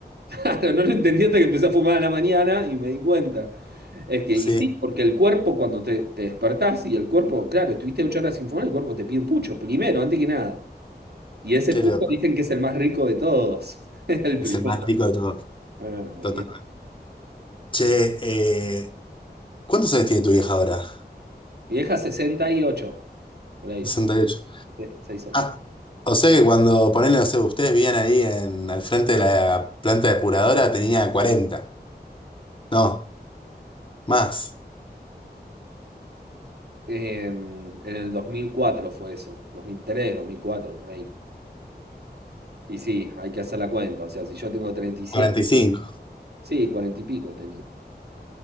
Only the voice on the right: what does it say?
Claro, no lo entendí hasta que empecé a fumar a la mañana y me di cuenta. Es que,
y sí, porque el cuerpo cuando te, te despertás y el cuerpo, claro, estuviste ocho horas sin fumar, el cuerpo te pide un pucho, primero, antes que nada. Y ese
pucho
dicen que es el más rico de todos. <laughs> El
primero.
Bueno, olvidé.
Mi vieja 68, por ahí,
sesenta y seis ocho
Em, en el 2004 fue eso, dos dos mil tres dos mil cuatro por ahí. Y sí, hay que hacer la cuenta. O sea, si yo tengo treinta y siete
sí, 40 y pico tenía.